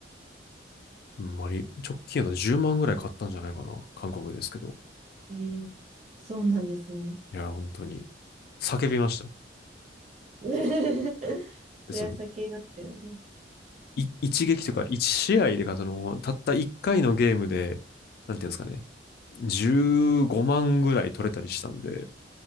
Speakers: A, on the left; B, on the right.
A: ほんまに、直近やと10万ぐらい買ったんじゃないかな、韓国ですけど。
B: い。えー、そうなんですね。
A: いや、本当に、叫びました。
B: <laughs> そ
A: で、
B: りゃ酒なんだよね。
A: その、い一撃というか、一試合でか、その、たった一回のゲームで、なんていうんですかね、15万ぐらい取れたりしたんで、